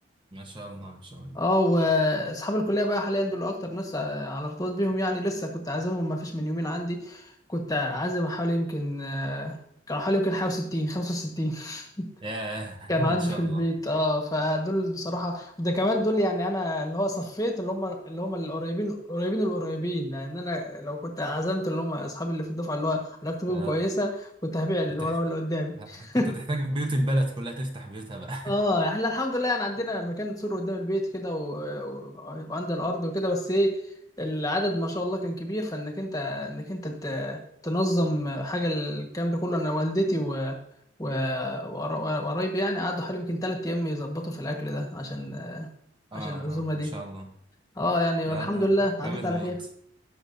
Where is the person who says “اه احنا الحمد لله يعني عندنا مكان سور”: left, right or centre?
Left